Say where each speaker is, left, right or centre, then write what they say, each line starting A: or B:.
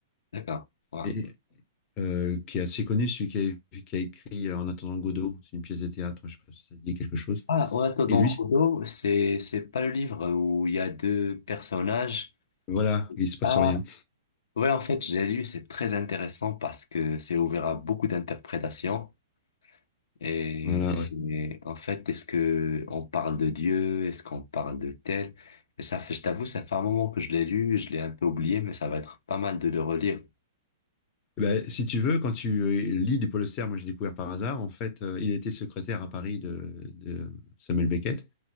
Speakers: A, on the left (about 80°); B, on the left (about 30°).
A: D'accord. Voilà.
B: Et euh, qui est assez connu, celui qui a, qui a écrit euh, En attendant Godot. C'est une pièce de théâtre, je sais pas si ça dit quelque chose.
A: Ah, on attend dans
B: Et lui,
A: Kudo, c'est c'est pas le livre où il y a deux personnages.
B: voilà, il se passe
A: Ah,
B: rien.
A: ouais, en fait, j'ai lu, c'est très intéressant parce que c'est ouvert à beaucoup d'interprétations. Et,
B: Voilà, ouais.
A: et en fait, est-ce que on parle de Dieu? Est-ce qu'on parle de tel? Et ça fait, je t'avoue, ça fait un moment que je l'ai lu, je l'ai un peu oublié, mais ça va être pas mal de le relire.
B: Eh Ben, si tu veux, quand tu euh, lis du Polester, moi j'ai découvert par hasard, en fait, euh, il était secrétaire à Paris de, de Samuel Beckett.